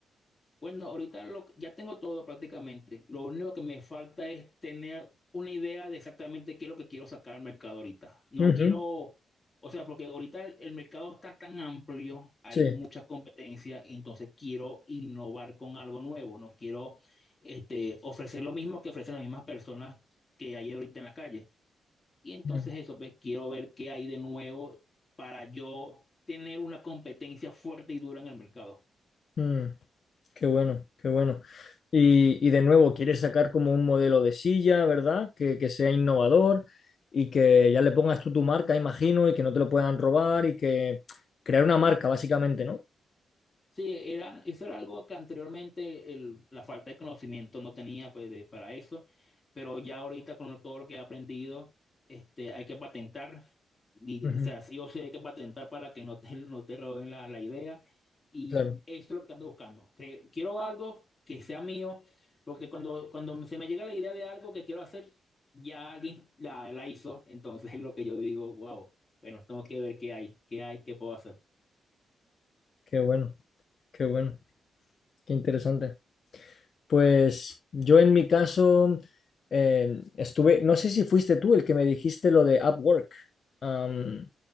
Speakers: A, on the left (about 30°); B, on the left (about 50°).
A: Bueno, ahorita lo, ya tengo todo prácticamente. Lo único que me falta es tener una idea de exactamente qué es lo que quiero sacar al mercado ahorita. No
B: Ujú,
A: quiero, o sea, porque ahorita el, el mercado está tan amplio, hay
B: Sí.
A: mucha competencia, entonces quiero innovar con algo nuevo. No quiero este, ofrecer lo mismo que ofrecen las mismas personas que hay ahorita en la calle. Y entonces
B: Mm,
A: eso, pues quiero ver qué hay de nuevo para yo tener una competencia fuerte y dura en el mercado.
B: mm. Qué bueno, qué bueno. Y, y de nuevo, quieres sacar como un modelo de silla, ¿verdad? Que, que sea innovador y que ya le pongas tú tu marca, imagino, y que no te lo puedan robar y que crear una marca, básicamente, ¿no?
A: Sí, eran, eso era algo que anteriormente el- la falta de conocimiento no tenía pues, de- para eso, pero ya ahorita con todo lo que he aprendido, este, hay que patentar, y,
B: Ujú,
A: o sea, sí o sí hay que patentar para que no te, no te roben la, la idea, y
B: Claro,
A: esto es lo que ando buscando. Que, quiero algo que sea mío, porque cuando, cuando se me llega la idea de algo que quiero hacer, ya alguien la, la hizo, entonces <laughs> es lo que yo digo, wow, bueno, tengo que ver qué hay, qué hay, qué puedo hacer.
B: qué bueno, qué bueno, qué interesante. Pues yo en mi caso eh, estuve, no sé si fuiste tú el que me dijiste lo de Upwork. Am,